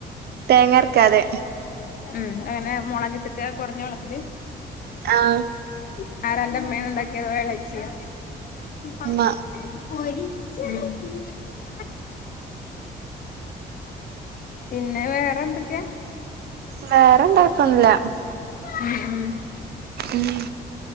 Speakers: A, on the right (about 60°); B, on the left (about 50°).
A: തേങ്ങർക്കാതെ.
B: ഉം അങ്ങനെ മുളക്കിട്ടക്ക കുറഞ്ഞ വെള്ളത്തില്?
A: ആ.
B: ആടന്റെമ്മേന ഉണ്ടാക്കിയത്
A: ഉമ്മ
B: <unintelligible> ഉം. പിന്നെ വേറെ എന്തൊക്കെയാ?
A: വേറെന്താ <unintelligible>
B: ഉം ഉം.
A: ഉം